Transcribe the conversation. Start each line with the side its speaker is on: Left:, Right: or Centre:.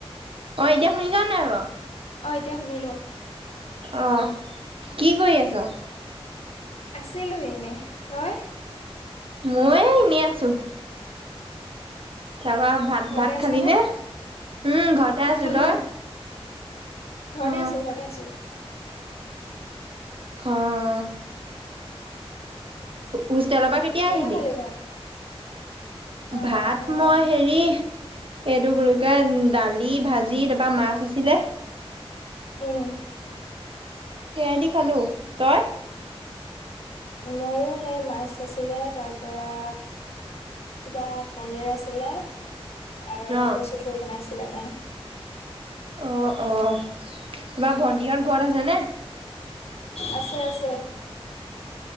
Right: অহ এতিয়া শুনিছ নে নাই বাৰু?
Left: অহ এতিয়া শুনিলো
Right: অহ
Left: অ।
Right: কি কৰি আছ?
Left: আছিলো এনে তই?
Right: মই এ এনে আছো। তাৰপৰা,
Left: অ
Right: ভাত,
Left: ঘৰতে
Right: ভাত
Left: আছ
Right: খালি নে, উম, ঘৰতে
Left: ভাত
Right: আছো
Left: খালো।
Right: তই?
Left: ঘৰতে
Right: অ
Left: আছো, ঘৰতে আছো।
Right: অ'। হোষ্টেলৰ পৰা কেতিয়া
Left: কিহে
Right: আহিলি,
Left: খালি ভাত? আহ
Right: ভাত মই হেৰি হেৰি, এইটো কি বুলি কয়, দালি, ভাজি তাৰপৰা মাছ আছিলে।
Left: উম।
Right: সেয়াই দি খালোঁ, তই?
Left: মইয়ো সেই, মাছ আছিলে, তাৰপৰা কিবা পনিৰ আছিলে, আৰু
Right: অ
Left: কচু থোৰ বনাইছিলে মাইয়ে।
Right: অ', অ', তোমাৰ ভণ্টিহত ঘৰত আছে নে?
Left: আছে, আছে।